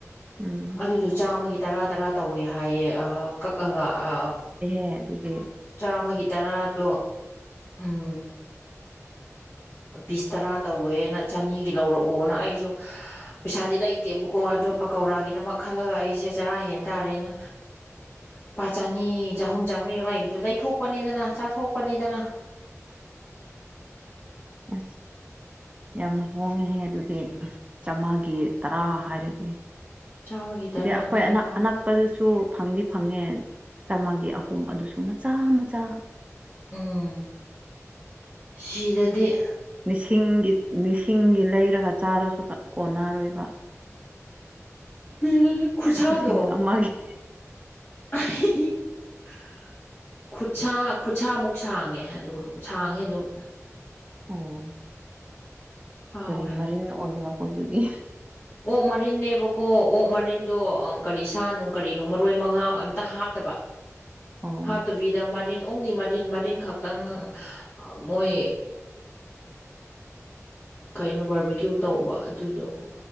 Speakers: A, on the right (about 25°); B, on the left (about 45°).
A: ꯎꯝ
B: ꯗꯨꯗꯣ ꯆꯥꯝꯃꯒꯤ ꯇꯔꯥ ꯇꯔꯥ ꯇꯧꯋꯦ ꯍꯥꯏꯌꯦ ꯑꯥ ꯀꯛꯑꯒ ꯑ
A: ꯑꯦ ꯑꯗꯨꯗꯤ
B: ꯆꯥꯝꯃꯒꯤ ꯇꯔꯥꯗꯣ ꯎꯝ ꯄꯤꯁ ꯇꯔꯥ ꯇꯧꯋꯦꯅ ꯆꯅꯤꯒꯤ ꯂꯧꯔꯛꯑꯣꯅ ꯑꯩꯖꯨ ꯄꯩꯁꯥꯗꯤ ꯂꯩꯇꯦꯕꯀꯣ ꯑꯗꯣ ꯄꯀꯧꯔꯥꯒꯤꯗꯃꯛ ꯈꯜꯂꯒ ꯑꯩꯁꯦ ꯆꯔꯥ ꯍꯦꯟ ꯇꯥꯔꯦꯅ ꯄꯥ ꯆꯅꯤ ꯆꯍꯨꯝ ꯆꯥꯝꯃꯔꯤꯒ ꯂꯩꯕꯗꯣ ꯂꯩꯊꯣꯛꯄꯅꯤꯗꯅ ꯆꯥꯊꯣꯛꯄꯅꯤꯗꯅ
A: ꯑꯁ ꯌꯥꯝꯅ ꯍꯣꯡꯉꯦꯍꯦ ꯑꯗꯨꯗꯤ ꯆꯥꯝꯃꯒꯤ ꯇꯔꯥ ꯍꯥꯏꯔꯗꯤ
B: ꯆꯥꯝꯃꯒꯤ ꯇꯔꯥꯅꯤ
A: ꯁꯤꯗꯦ ꯑꯈꯣꯏ ꯑꯅꯛ ꯑꯅꯛ ꯄꯗꯨꯁꯨ ꯐꯪꯗꯤ ꯐꯪꯉꯦ ꯆꯥꯝꯃꯒꯤ ꯑꯍꯨꯝ ꯑꯗꯨꯁꯨ ꯃꯆꯥ ꯃꯆꯥ
B: ꯎꯝ ꯁꯤꯗꯗꯤ
A: ꯂꯤꯁꯤꯡꯒꯤ ꯂꯤꯁꯤꯡꯒꯤ ꯂꯩꯔꯒ ꯆꯥꯔꯁꯨ ꯀꯣꯟꯅꯔꯣꯏꯕ
B: ꯁꯤꯗꯗꯤ ꯈꯨꯠꯁꯥꯗꯣ
A: ꯂꯤꯁꯤꯡ ꯑꯃꯒꯤ
B: <unintelligible> ꯈꯨꯠꯁꯥ ꯈꯨꯠꯁꯥꯃꯨꯛ ꯁꯥꯡꯉꯦ ꯑꯗꯨꯝ ꯁꯥꯡꯉꯦ ꯑꯗꯨꯝ
A: ꯑꯣ
B: ꯍꯥꯎꯋꯦ
A: ꯀꯔꯤ ꯃꯔꯤꯟ ꯑꯣꯏꯕ꯭ꯔꯥꯀꯣ ꯑꯗꯨꯗꯤ
B: ꯑꯣꯛ ꯃꯔꯤꯟꯅꯦꯕꯀꯣ ꯑꯣꯛ ꯃꯔꯤꯟꯗꯣ ꯑ ꯀꯔꯤ ꯁꯥꯅꯣꯡ ꯀꯔꯤꯅꯣ ꯃꯔꯣꯏ ꯃꯉꯥꯝ ꯑꯝꯇ ꯍꯥꯞ ꯇꯕ
A: ꯑꯣ
B: ꯍꯞꯇꯕꯤꯗ ꯃꯠ ꯔꯤꯟ ꯑꯣꯡꯒꯤ ꯃꯔꯤꯟ ꯃꯔꯤꯟ ꯈꯛꯇꯪ ꯑ ꯃꯣꯏ ꯀꯩꯅꯣ ꯕꯔꯕꯤꯀ꯭ꯌꯨ ꯇꯧꯕ ꯑꯗꯨꯗꯣ